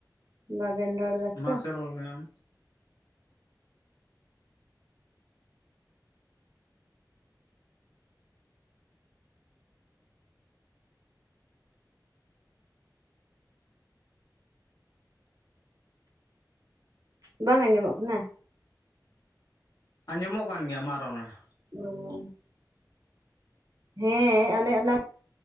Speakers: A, on the right; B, on the left.
A: ᱵᱟᱵᱮᱱ ᱨᱚᱲ ᱫᱟᱛᱚ
B: ᱢᱟᱥᱮ ᱨᱚᱲ ᱢᱮ ᱟᱢ?
A: ᱵᱟᱝ ᱟᱸᱡᱚᱢᱚᱜ ᱠᱟᱱᱟ?
B: ᱟᱸᱡᱚᱢᱚᱜ ᱠᱟᱱ ᱜᱮᱭᱟ ᱢᱟ ᱨᱚᱲ ᱢᱮ ᱾
A: <inaudible> ᱦᱮᱸ ᱚᱱᱮ ᱚᱱᱟ